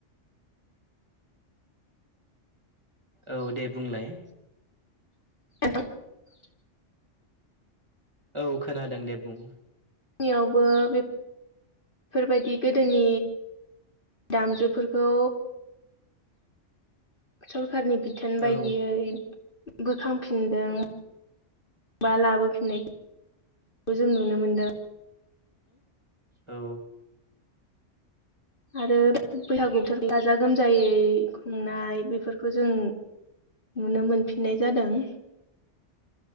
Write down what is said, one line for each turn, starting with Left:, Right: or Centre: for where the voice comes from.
Right: औ दे बुंलाय।
Left: <inaudible>
Right: औ खोनादों दे बुं।
Left: निआवबो बे बेफोरबायदि गोदोनि दामजुफोरखौ। सरखारनि बिथोन बायदियै
Right: औ
Left: बोखांफिनदों। बा लाबोफिननायखौ जों नुनो मोनदों।
Right: औ।
Left: आरो बैसागु बोथोर गाजा गोमजायै खुंनाय बेफोरखौ जों नुनो मोनफिननाय जादों।